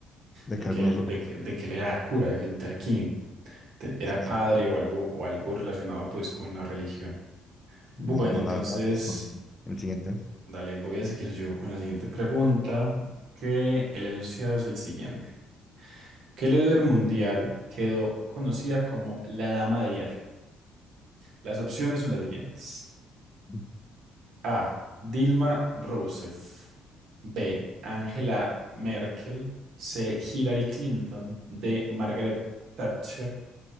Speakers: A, on the left; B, on the right.
A: de
B: de
A: que
B: que
A: alguno
B: él,
A: fue
B: de,
A: cura.
B: que de que él era cura, de que Luther King te- era
A: Sí,
B: padre
A: sí.
B: o algo, o algo relacionado pues con la religión. Bueno,
A: Bueno,
B: entonces,
A: la verdad desconozco. El siguiente.
B: dale, voy a seguir yo con la siguiente pregunta, que el enunciado es el siguiente. ¿Qué líder mundial quedó conocida como la Dama de Hierro? Las opciones son las siguientes.
A: Mm.
B: A. Dilma Rousseff. B. Angela Merkel. C. Hillary Clinton. D. Margaret Thatcher.